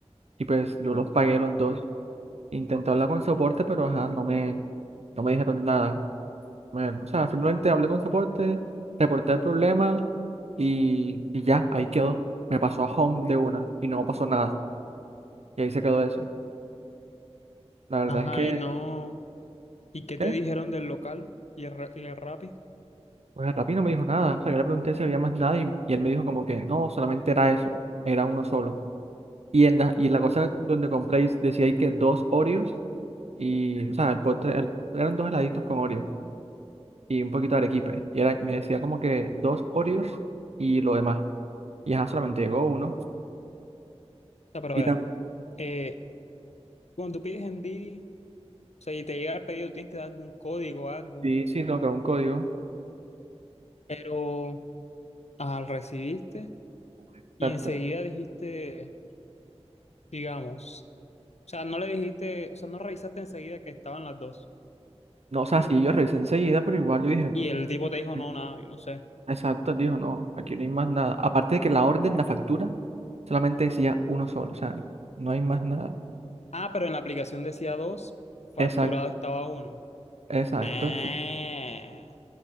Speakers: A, on the right; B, on the left.
A: y pues yo los pagué los dos. Intenté hablar con soporte, pero ajá, no me, no me dijeron nada. Me- o sea, simplemente hablé con soporte, reporté el problema y, y ya, ahí quedó. Me pasó a Home de una y no pasó nada, y ahí se quedó eso. La verdad
B: Ajá,
A: es que...
B: y no. ¿Y qué
A: ¿qué?
B: te dijeron del local y el, ra- y el Rappi?
A: Pues el Rappi no me dijo nada. O sea, yo le pregunté si había más nada y, y él me dijo como que no, solamente era eso, era uno solo. Y en la, y la cosa donde compré decía ahí que dos Oreos y, o sea, el postre- el- eran dos heladitos con Oreos y un poquito de arequipe. Y era, me decía como que dos Oreos y lo demás. Y ajá, solamente llegó uno.
B: O sea, pero
A: Y
B: a
A: también,
B: ver, eh, cuando tú pides en Didi, o sea, y te llega el pedido, tienes que dar un código o algo,
A: sí, sí, tengo que un código.
B: pero ajá, lo recibiste
A: Exacto.
B: y enseguida dijiste, digamos, o sea, no le dijiste, o sea, no revisaste enseguida que estaban las dos.
A: No, o sea, sí, yo revisé enseguida, pero igual yo dije,
B: Y el tipo
A: ¿por
B: te dijo,
A: qué?
B: no, nada, yo no sé.
A: exacto, él dijo, no, aquí no hay más nada. Aparte de que la orden, la factura. solamente decía uno solo, o sea, no hay más nada.
B: Ah, pero en la aplicación decía dos, facturado
A: Exacto,
B: estaba uno.
A: exacto.
B: Ah.
A: Eso